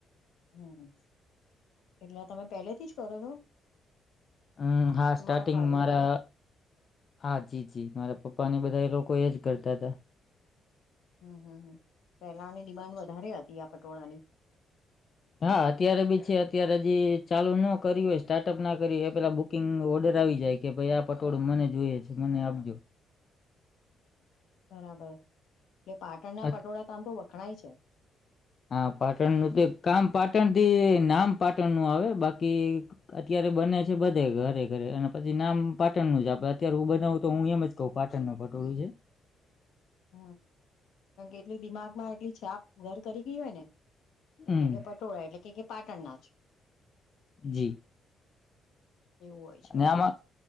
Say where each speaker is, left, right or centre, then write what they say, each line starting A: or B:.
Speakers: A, on the left; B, on the left.
A: હમ્મ હમ્મ એટલે આ તમે પહેલેથી જ કરો છો?
B: હમ્મ હા
A: તમારા
B: સ્ટાર્ટિંગ
A: ફાધર
B: મારા હા જી-જી. મારા પપ્પા ને એ બધા એ લોકો એ જ કરતા તા.
A: હમ્મ-હમ્મ-હમ્મ. પહેલાની ડિમાન્ડ વધારે હતી આ પટોળાની.
B: હા અત્યારે બી છે. અત્યારે હજી ચાલુ નો કર્યું હોય, સ્ટાર્ટઅપ ના કર્યું હોય એ પેલા બુક કિંગ ઓર્ડર આવી જાય, કે ભઈ આ પટોળું મને જોઈએ છે, મને આપજો.
A: બરાબર. એટલે પાટણના
B: અત-
A: પટોળા તો આમ તો વખણાય છે.
B: હા પાટણનું તો એક કામ પાટણ થી નામ પાટણનું આવે, બાકી અત્યારે બને છે બધે ઘરે-ઘરે. અને પછી નામ પાટણનું જ આપે. અત્યારે હું બનાવું તો હું એમ જ કહું પાટણનું પટોળું છે.
A: હમ્મ. કારણ કે એટલી દિમાગમાં એટલી છાપ ઘર કરી ગઈ હોય ને.
B: હમ,
A: એટલે કે પટ પટોળા એટલે કે-કે પાટણના જ.
B: જી.
A: એવું હોય છે
B: ન આમાં